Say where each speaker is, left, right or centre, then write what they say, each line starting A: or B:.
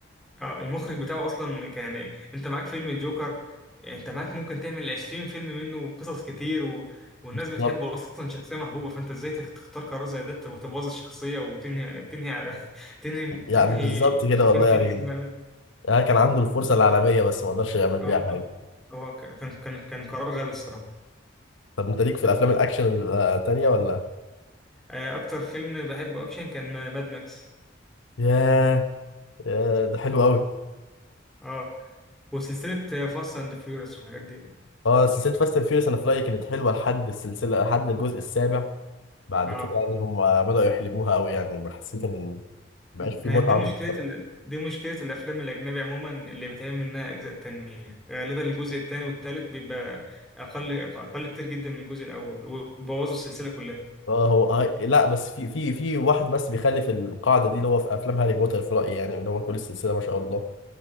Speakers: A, in the centre; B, on the left.
A: اه المخرج بتاعه اصلا ك- يعني انت معاك فيلم الجوكر يعني انت معاك ممكن تعمل 20 فيلم منه وقصص كتير و... والناس
B: بالظبط
A: بتحبه اصلا شخصيه محبوبه فانت ازاي تخ- تختار قرار زي ده تب- تبوظ الشخصيه وتنهي تنهي على <laughs> تنهي تنهي
B: يعني بالظبط كده
A: خواكين
B: والله
A: فينيكس
B: يعني
A: إنه يعمل-
B: آه كان عنده الفرصه العالميه بس ما قدرش يعمل بيها
A: اه
B: حاجه
A: هو ك- كان كان كان قرار غبي الصراحه
B: طب انت ليك في الافلام الاكشن التانيه ولا
A: آه، اكتر فيلم بحبه اكشن كان ماد ماكس
B: ياه ياه ده حلو قوي
A: اه وسلسله فاست اند فيوريوس والحاجات دي
B: اه سلسلة فاست اند فيوريوس انا في رأيي كانت حلوة لحد السلسلة لحد الجزء السابع بعد
A: اه
B: كده يعني هم بدأوا يحلبوها قوي يعني حسيت ان مبقاش في
A: ما
B: متعة
A: هي دي مشكلة
B: بتتف-
A: ال... دي مشكلة الأفلام الأجنبي عموما اللي بيتعمل منها أجزاء تانية غالبا الجزء التاني والتالت بيبقى أقل أقل كتير جدا من الجزء الأول وبوظوا السلسلة كلها
B: اه هو آه لا بس في في في واحد بس بيخالف القاعدة دي اللي هو في افلام هاري بوتر في رأيي يعني اللي هو كل السلسلة ما شاء الله